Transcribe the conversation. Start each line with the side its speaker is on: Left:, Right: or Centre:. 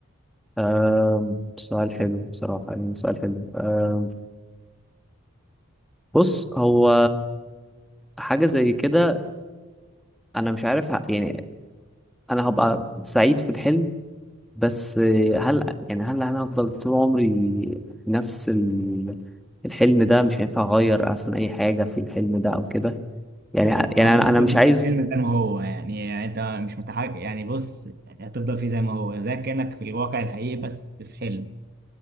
Centre: آم، سؤال حلو بصراحه يعني سؤال حلو آم، بص هو حاجة زي كده أنا مش عارف ه- يعني أنا هبقى سعيد في الحلم بس هل يعني هل أنا هفضل طول عمري نفس ال- الحلم ده مش هينفع أغير أصلا أي حاجة في الحلم ده أو كده يعني يعني
Right: او
Centre: أنا
Right: انت هتفضل
Centre: أنا مش عايز
Right: في الحلم زي ما هو يعني, يعني انت مش متحرك يعني بص يعني هتفضل فيه زي ما هو زي كانك في الواقع الحقيقي بس في حلم